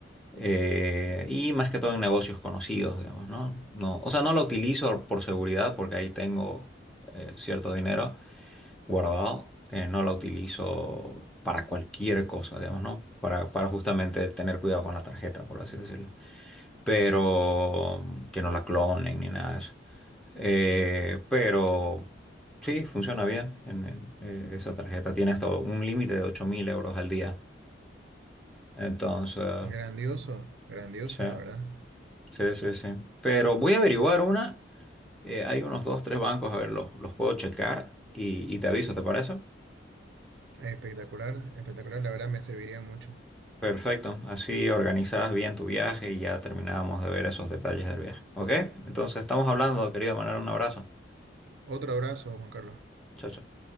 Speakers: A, in the centre; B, on the right.
A: Eh, y más que todo en negocios conocidos, digamos, ¿no? No, o sea, no lo utilizo por seguridad porque ahí tengo eh, cierto dinero guardado. eh, no lo utilizo para cualquier cosa, digamos, ¿no? Para, para justamente tener cuidado con la tarjeta, por así decirlo. Pero mm, que no la clonen ni nada de eso. Eh, pero sí, funciona bien. en- en, eh, esa tarjeta tiene hasta un límite de 8.000 euros al día. Entonces,
B: Grandioso, grandioso,
A: sí.
B: la verdad.
A: Sí, sí, sí. Pero voy a averiguar una. eh, hay unos dos, tres bancos, a ver, los, los puedo checar y, y te aviso, ¿te parece?
B: Espectacular, espectacular, la verdad me serviría mucho.
A: Perfecto. Así organizas bien tu viaje y ya terminábamos de ver esos detalles del viaje. ¿Ok? Entonces estamos hablando, querido Manuel, un abrazo.
B: Otro abrazo, Juan Carlos.
A: Chao, chao.